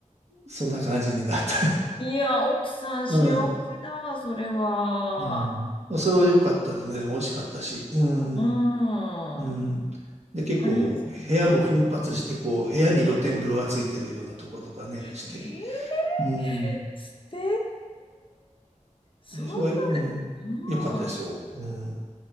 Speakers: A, on the right; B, on the left.
A: そんな感じになった。
B: ー、いや、奥さん幸せだわ、
A: <laughs> うん。
B: それは。
A: いやうんそれは良かったですね。でも美味しかったし。うん。
B: うん。
A: うん。で、結構、
B: カニいいですね。
A: 部屋も奮発して、こう、部屋に露天風呂がついてるようなところとかね、
B: うん。えー、
A: して。うん。
B: 素敵。そん
A: で、それは、うん。
B: な、
A: 良かったですよ。
B: うん。
A: うん。